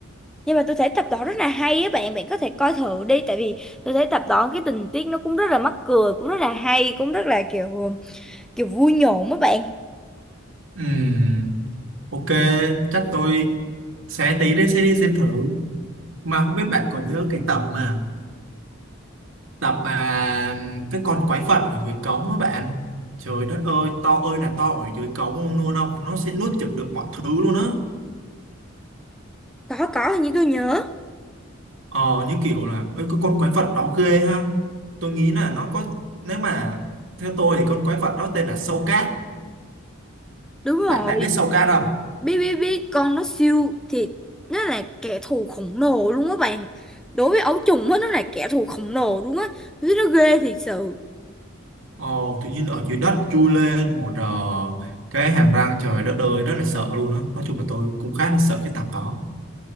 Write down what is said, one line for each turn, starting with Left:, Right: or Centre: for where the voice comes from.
Centre: nhưng mà tôi thấy tập đó rất là hay á bạn bạn có thể coi thử đi tại vì tôi thấy tập đó cái tình tiết nó cũng rất là mắc cười cũng rất là hay cũng rất là kiểu kiểu vui nhộn á bạn
Right: Ừm, ok, chắc tôi sẽ tí đi sẽ đi xem thử. Mà không biết bạn còn nhớ cái tập mà tập mà cái con quái vật ở dưới cống á bạn trời đất ơi to ơi là to ở dưới cống luôn luôn không nó sẽ nuốt chửng được mọi thứ luôn á
Centre: có có hình như tôi nhớ
Right: ờ như kiểu là ơi cái con quái vật đó ghê ha tôi nghĩ là nó có nếu mà theo tôi thì con quái vật đó tên là sâu cát
Centre: đúng rồi
Right: bạn bạn
Centre: biết
Right: biết sâu cát không
Centre: biết biết con nó siêu thì nó là kẻ thù khổng lồ luôn á bạn đối với ấu trùng á nó là kẻ thù khổng lồ luôn á Tôi thấy nó ghê thiệt sự
Right: ờ tự nhiên ở dưới đất chui lên một ờ, cái hàm răng trời đất ơi rất là sợ luôn á nói chung là tôi cũng khá là sợ cái tập đó